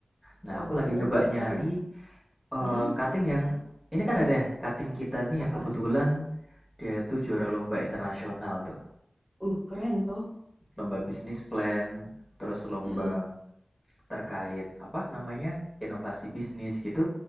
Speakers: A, in the centre; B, on the right.
A: Nah,
B: Oh
A: aku lagi nyoba
B: gitu.
A: nyari eh
B: Heeh.
A: cutting yang ini kan ada cutting kita nih
B: Apa?
A: yang kebetulan dia tuh juara lomba internasional tuh.
B: Uh, keren tuh.
A: Lomba bisnis plan, terus lomba
B: Heeh,
A: terkait apa namanya? inovasi bisnis gitu.